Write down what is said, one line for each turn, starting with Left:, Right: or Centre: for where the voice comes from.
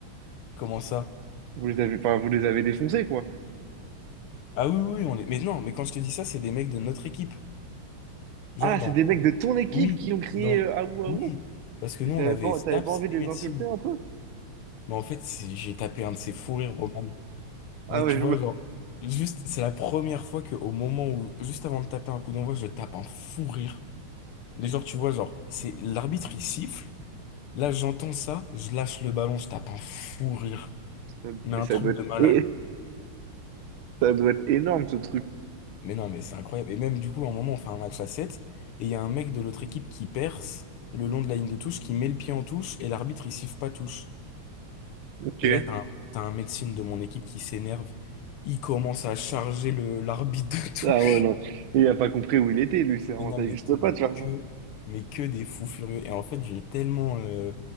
Left: comment ça?
Right: Vous les avez, enfin, vous les avez défoncés, quoi.
Left: Ah oui, oui, oui, on est. Mais non, mais quand je te dis ça, c'est des mecs de notre équipe. Genre
Right: Ah,
Left: dans.
Right: c'est des mecs de ton équipe
Left: Oui,
Right: qui ont crié
Left: dans.
Right: euh, Ahou Ahou.
Left: Oui. Parce que
Right: Et
Left: nous,
Right: t'avais
Left: on avait
Right: pas,
Left: STAPS
Right: t'avais pas envie de
Left: et
Right: les
Left: médecine.
Right: insulter un peu?
Left: Mais en fait, c'est- j'ai tapé un de ces fous rires, Roman.
Right: Ah
Left: Mais
Right: ouais,
Left: tu vois,
Right: je me-
Left: genre,
Right: <laughs>
Left: juste, c'est la première fois que au moment où, juste avant de taper un coup d'envoi, je tape un fou rire. Mais genre, tu vois, genre, c'est l'arbitre, il siffle. Là, j'entends ça, je lâche le ballon, je tape un fou rire.
Right: ça-
Left: Mais
Right: Mais
Left: un
Right: ça
Left: truc
Right: doit être,
Left: de malade.
Right: é- ça doit être énorme, ce truc.
Left: Mais non, mais c'est incroyable. Et même du coup, à un moment, on fait un match à 7 et il y a un mec de l'autre équipe qui perce le long de la ligne de touche, qui met le pied en touche, et l'arbitre, il siffle pas touche.
Right: Ok.
Left: Et là, t'as un, t'as un médecin de mon équipe qui s'énerve. Il commence à charger le l'arbitre de
Right: Ah
Left: <laughs>
Right: ouais, non. Il a pas compris où il était, lui. Ça
Left: Mais non,
Right: ça
Left: mais,
Right: existe pas
Left: mais
Right: de faire ça.
Left: que, mais que des fous furieux. Et en fait, j'ai tellement, euh,